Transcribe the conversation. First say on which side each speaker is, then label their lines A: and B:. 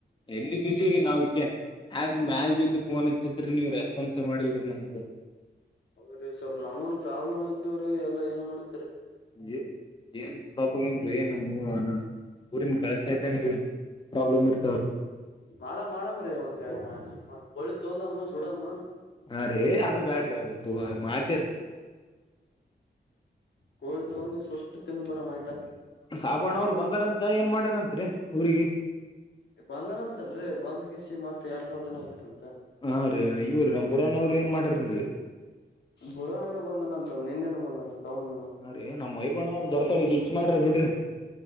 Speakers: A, on the left; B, on the left.
A: ಎಲ್ಲಿ ಬಿಸಿಿರಿ ನಾವಕ ಮ್ಯಾಗ ಬ ಫೋನ್ ಇತ್ತತ್ರಿ ನೀವು್ ರೆಸ್ಪಾನ್ಸ್ ಮಾಡಿಲ್ರಿ ನಮಗ
B: ಅವ್ರೀ ಸ್ವಲ್ಪ ನಮಗನು ಪ್ರಾಬ್ಲಮ್ ಇದ್ವ್ರೀ ಎಲ್ಲಾ ಏನ್ ಮಾಡ್
A: ಏನ್ಏನ್ ಪ್ರಾಬ್ಲಮ ನಮ್ಗೆಲಿ ಹೂ ಅಣ್ಣಾ ನಮ್ಮ್ ಊರಿನ್ ಗಳಸತಂಗ್ರ ಪ್ರಾಬ್ಲಮ್ ಇರ್
B: ಮಾಡ ಮಾಡಮ್ರರಿ ಒಂದ ಮ ಕೊಳಿ ತೋಂದಮ್ಮ ಸೂಡಮ್ಮ
A: ಅರಿ ಅದು ಬ್ಯಾಡ ಅದು ಹಾಗ್ ಮಾಡ್
B: ಕೋಳ ತಂದು ಸುಟ್ಟು ತಿನ್ಬುಡವತ ಆಯ್ತಾ
A: ಸಾಬಣ್ಣ ಅವ್ರು ಬಂದಾರಂತ ಏನ್ ಮಾಡ್ಯಾರತ್ರಿ ಊರಿಗೆ
B: ಬಂದನಂತಲ್ರಿ ಬಂದ್ಗಿಸಿ ಮತ್ ಎರಡ್ ಮೂರ್ ಜನ ಆಯತ
A: ಹಾ ರೀ ಇವ್ರ ನಮ್ಮ ಬುರಾನವರು ಏನ್ ಮಾಡಾಾರನ್ರಿ
B: ಬುರಾನನು ಬಂದನಂತಲ್ಲ ನಿನ್ನೆನು ಬಂದನಂತ ಅವನು
A: ನಾ ರೀ ನಮ್ಮ ಮೈ ಬಣ್ಣ ಅವ್ರ ಬರೋಲ್ಕೊಳ್ರಿ ರಿಚ್ ಮಾಡ್ರಿ ಬಿಡ್ರಿ